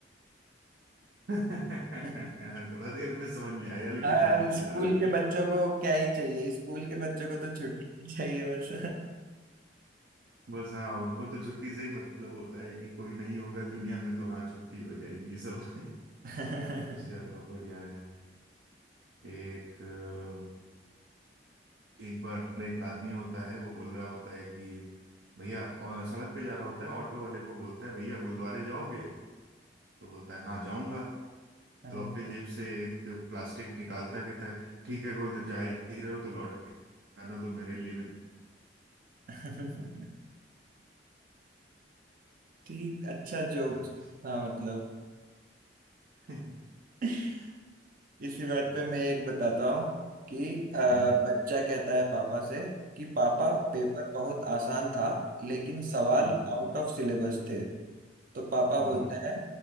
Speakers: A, on the right; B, on the right.
A: <laughs> थोड़ा
B: <laughs>
A: देर में समझ में आया लेकिन
B: हाँ
A: है
B: हम
A: मजेदार
B: स्कूल के बच्चों
A: <laughs>
B: को क्या ही चाहिए स्कूल के बच्चों को तो छुट्टी ही चाहिए बस
A: बस हाँ उनको तो छुट्टी से ही मतलब होता है कि कोई नहीं होगा दुनिया में तो हाँ छुट्टी हो जाएगी सब <laughs>
B: <laughs>
A: चलो
B: हाँ
A: बढ़िया है एक अ, एक बार एक आदमी होता है वो बोल रहा होता है कि भैया और सड़क पे जा रहा होता है ऑटो वाले को बोलता है भैया गुरुद्वारे जाओगे तो बोलता है हाँ जाऊंगा
B: हाँ
A: तो अपने जेब से एक प्लास्टिक निकालता है, कहता है ठीक है गुरुद्वारे जा ही रहे हो तो लौट के आना तो मेरे लिए भी
B: <laughs> ठीक अच्छा जोक्स
A: था
B: हाँ मतलब
A: <laughs>
B: <laughs> इसी
A: हम्म
B: बात पे मैं एक बताता हूँ कि अ,
A: हम्म
B: बच्चा कहता है पापा से कि पापा पेपर बहुत आसान था लेकिन सवाल
A: हम्म हम्म
B: आउट ऑफ सिलेबस थे तो पापा
A: हम्म।
B: बोलता है